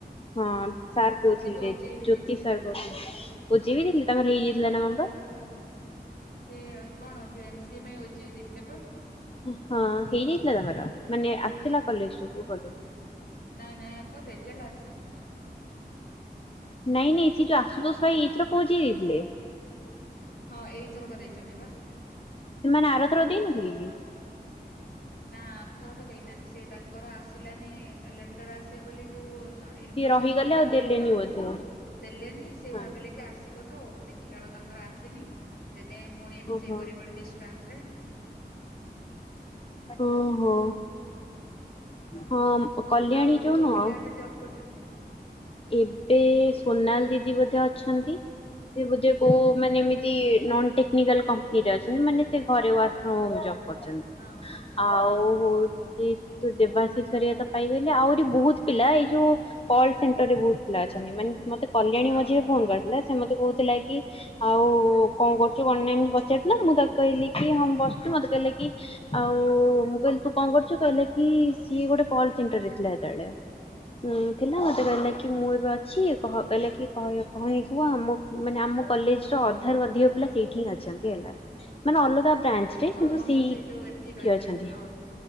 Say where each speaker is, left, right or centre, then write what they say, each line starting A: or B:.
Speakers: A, on the left; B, on the left.
A: ହଁ ସାର୍ କହୁଥିଲେ
B: ସେ ବି ଓଜେଇ ବି
A: ଜ୍ୟୋତି
B: ଦେଇଥିଲେ
A: ସାର୍ ହୁ ବୁଝୀ ବିି ଥିଲି ତାଙ୍କର ହେଇଯାଇଥିଲା ନା କଣ ପା?
B: ସେ କଣ ଯୋଉ ଏମ ସି ଏ ପାଇଁ ଓ ଜି ଏ ଦେଇଥିଲେ ତ?
A: ହଁ ହେଇଯାଇଥିଲା ତାଙ୍କର ମାନେ ଆସିଥିଲା କଲେଜରୁ। କୋଉ କଲେଜ?
B: ନାଇଁ ନାଇଁ ଏତ ରେଜଲ୍ଟ ଆସିନି।
A: ନାଇଁ ନାଇଁ ସେ ଯୋଉ ଆସୁତୋସ ଭାଇ ଏଇଥରକ ଓ ଯେ ଇ ଦେଇଥିଲେ।
B: ହଁ ଏଇଥରକ ଦେଇଛନ୍ତି ବା।
A: ସେ ମାନେ ଆରଥରକ ଦେଇ ନଥିଲେକି?
B: ନା ଆରଥରକ ଦେଇନାହାନ୍ତି ସେ ତାଙ୍କର ଆସିଲାନି ଲେଟର ଆସିବ ବୋଲି ଯୋଉ ଇନଫୋସିସ
A: ସିଏ ରହିଗଲେ
B: ରୁ ସେ
A: ଆଉ
B: ୱେଟ୍
A: ଦେଲେନି
B: କ
A: ବୋଧେ।
B: ଦେଲେନି ସେ
A: ହଁ।
B: ଭାବିଲେ ଟିକେ ଆସିବ ତ ଦେଖିଲାବେଳୁ ତାଙ୍କର ଆସିନି ସେଥିପାଇଁ ପୁଣି ଏମ
A: ଓହୋ
B: ସି ଏ କରିବେ ବୋଲି ଡିଷ୍ଟାନ୍ସ ରେ।
A: ଓହୋ ହଁ କଲ୍ୟାଣୀ
B: ଆଉ କୋଉ
A: ଯୋଉ
B: କୋଉ
A: ନୁହ।
B: ପିଲା ଏବେ ଜବ୍ କରୁଛନ୍ତି।
A: ଏବେ ସୋନାଲି ଦିଦି ବୋଧେ ଅଛନ୍ତି? ସେ ବୋଧେ କୋଉ ମାନେ ଏମତି ନନ୍ ଟେକ୍ନିକାଲ କମ୍ପାନୀରେ ଅଛନ୍ତି ମାନେ ସେ ଘରେ ୱାର୍କ ଫ୍ରମ ହୋମ୍ ଜବ୍। କରିଛନ୍ତି
B: ହଁ ହଁ
A: ଆଉ ହୋଉ ସେ ତୁ ଦେବାଶିସ୍ ହେରିକା ତ ପାଇଗଲେ ଆହୁରି ବହୁତ ପିଲା ଏଇ ଯୋଉ କଲ୍ ସେଣ୍ଟ ଟରେ ବହୁତ ପିଲା ଅଛନ୍ତି ମାନେ ମତେ କଲ୍ୟାଣୀ
B: ହଁ
A: ମଝିରେ
B: ହଁ
A: ଫୋନ କରିଥିଲା ସେ ମତେ କହୁଥିଲା କି ଆଉ କଣ କରୁଛୁ କଣ ନାହିଁ ଏମତି ପଚାରୁଥିଲା ମୁଁ ତାକୁ କହିଲି କି ହଁ ମୁ ବସିଛି ମତେ କହିଲେ କି ଆଉ ମୁଁ କହିଲି ତୁ କଣ କରୁଛୁ କହିଲା କି ସିଏ ଗୋଟେ କଲ ସେଣ୍ଟର ରେ ଥିଲା ହେତେବେଳେ। ହୁଁ ଥିଲା
B: ହଁ
A: ମୋତେ କହିଲା ମୁଁ ଏବେ ଅଛି କହ କହିଲା କି କହ କହିନିଥିବ ଆମ ମାନେ ଆମ କଲେଜର ଅଧାରୁ ଅଧିକ ପିଲା ସେଇଠି। କି ଅଛନ୍ତି ହେଲା ମାନେ ଅଲଗା ବ୍ରାଞ୍ଚ ରେ
B: ସମସ୍ତେ
A: କିନ୍ତୁ ସେଇ
B: ଯୋଉ ଏଠି ରହିଛନ୍ତି
A: ଅଛନ୍ତି
B: ହଁ।